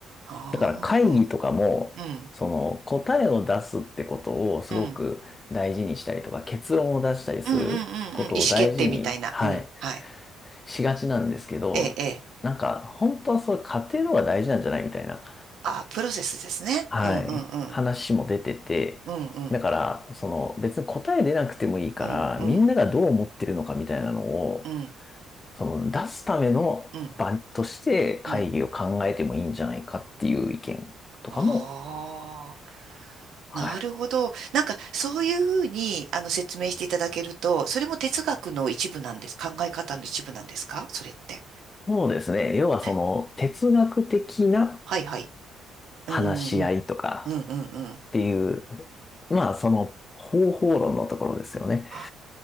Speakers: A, on the right (about 70°); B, on the left (about 25°).
A: ああ、
B: だから会議とかも、
A: うん、うん、
B: その答えを出すってことをすごく大事にしたりとか、
A: うん、
B: 結論を出したりすることを大事に、
A: うん、うん、うん、うん、意思決定みたいな、
B: はい、
A: うん、はい。
B: しがちなんですけど、
A: ええ、ええ。
B: なんか、本当はそれ過程の方が大事なんじゃないみたいな。
A: あ、プロセスですね。
B: はい。
A: うん、うん、うん、
B: 話も出てて、
A: うん、うん。
B: だから、その別に答え出なくてもいいから、
A: うん、うん、
B: みんながどう思ってるのかみたいなのを、
A: うん、
B: その出すための場として会議を考えてもいいんじゃないかっていう意見とかも、
A: うん、うん。ああ、
B: はい。
A: なるほど。なんか、そういうふうに、あの、説明していただけると、それも哲学の一部なんです。考え方の一部なんですかそれって。
B: そうですね。要はその哲学的な
A: えはいはい。うん、
B: 話し合いとか
A: うん、うん、うん、うん。
B: っていう、まあその方法論のところですよね。
A: あ、